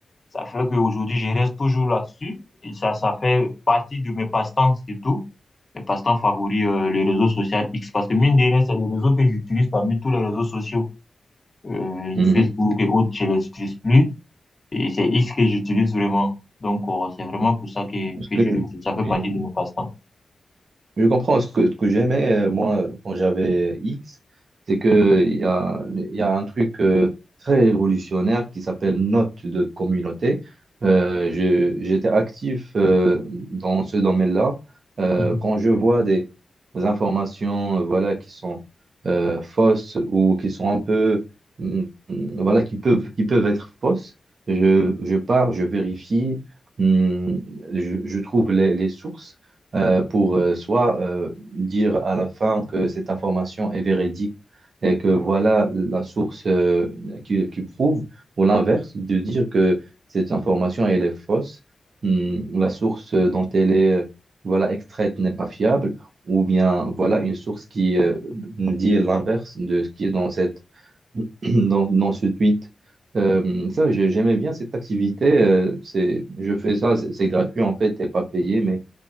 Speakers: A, on the left; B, on the right.
A: ça fait qu'aujourd'hui, je reste toujours là-dessus. Et ça, ça fait partie de mes passe-temps, surtout. Mes passe-temps favoris, euh, les réseaux sociaux X. Parce que mine de rien, c'est les réseaux que j'utilise parmi tous les réseaux sociaux. Euh,
B: Mhm.
A: Facebook et autres, je les utilise plus. Et c'est X que j'utilise vraiment. Donc, euh, c'est vraiment pour ça que,
B: Parce
A: que
B: que,
A: je, que ça fait
B: oui.
A: partie de mes passe-temps.
B: Je comprends ce que, ce que j'aimais, euh, moi, quand j'avais X, c'est que il y a, il y a un truc euh, très révolutionnaire qui s'appelle note de communauté. Euh, je- j'étais actif euh, dans ce domaine-là. Euh,
A: Mhm.
B: quand je vois des, des informations euh, voilà, qui sont euh, fausses ou qui sont un peu, mm, mm, voilà, qui peuvent, qui peuvent être fausses, je, je pars, je vérifie, mm, je, je trouve les les sources euh, pour euh, soit euh, dire à la fin que cette information est véridique et que voilà la source euh, qui, qui prouve, ou l'inverse, de dire que cette information elle est fausse, hum, la source dont elle est euh, voilà extraite n'est pas fiable, ou bien voilà une source qui euh, dit l'inverse de ce qui est dans cette <clears throat> dans, dans ce tweet. Euh, ça, j'ai- j'aimais bien cette activité. euh, c'est, je fais ça, c'est c'est gratuit en fait, t'es pas payé, mais